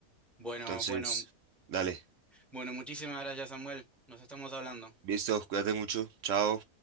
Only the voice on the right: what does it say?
Entonces,
dale.
Listo, cuídate mucho. Chao.